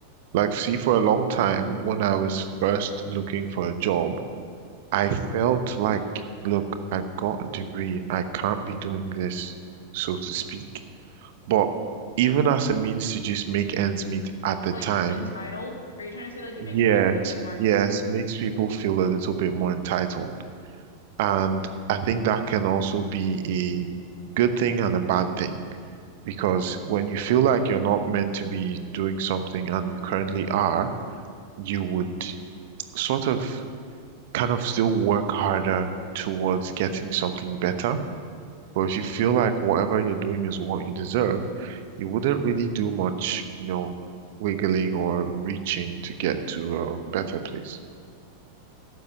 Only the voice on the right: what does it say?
Like, see, for a long time when I was first looking for a job. I felt like, look, I've got a degree. I can't be doing this, so to speak. But even as a means to just make ends meet at the
time,
yes,
yes, makes people feel a little bit more entitled. And I think that can also be a good thing and a bad thing because when you feel like you're not meant to be doing something and you currently are, you would sort of. kind of still work harder towards getting something better. But if you feel like whatever you're doing is what you deserve, you wouldn't really do much, you know, wiggling or reaching to get to a better place.